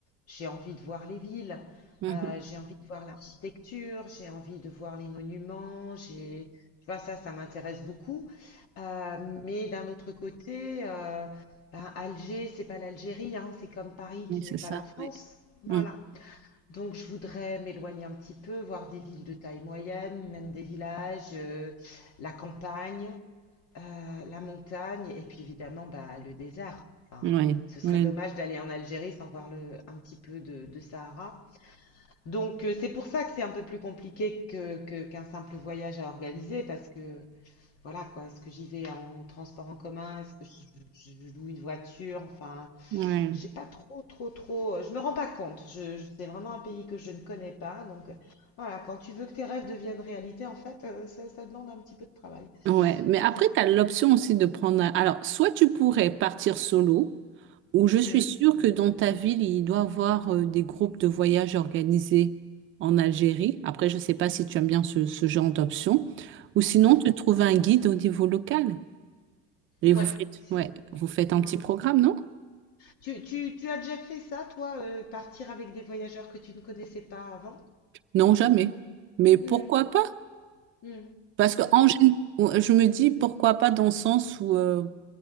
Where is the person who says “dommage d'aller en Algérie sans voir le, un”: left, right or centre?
Left